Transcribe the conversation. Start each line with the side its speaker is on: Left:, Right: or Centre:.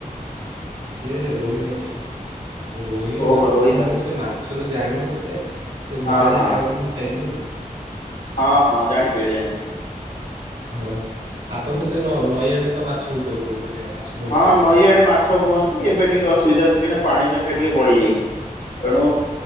Right: ସେ ରୋହି ମାଛ ରୋହି
Left: ଓହୋ
Right: ଭାକୁର
Left: ରୋହି
Right: ମୁଁ
Left: ମାଛ
Right: ସେ ମାଛ ତ ଜାଣିନଥାଏ। ସେ
Left: ହଁ
Right: ଘରେ ଯାହା
Left: ହଁ
Right: ଆଣନ୍ତି ମୁଁ ଖାଇଦିଏ ଆଉ।
Left: ହଁ ହଁ ଜାଣିପାରିଲି ଜାଣିପାରିଲି
Right: ହଁ। ଆପଣ ତ ସେ ନଈଆଡେ ତ ମାଛ ହଉଥବ ମାନେ ମାଛ ଧରୁଥିବେ
Left: ହଁ ନଈଆଡେ
Right: ବହୁତ
Left: ମା ମାଛ ହୁଅନ୍ତି ଏବେ ଟିକେ ଅସୁବିଧା ହଉଛି କାହିଁକିନା ପାଣି ସଂଖ୍ୟା ଟିକେ ବଢ଼ିଯାଇଛି ତେଣୁ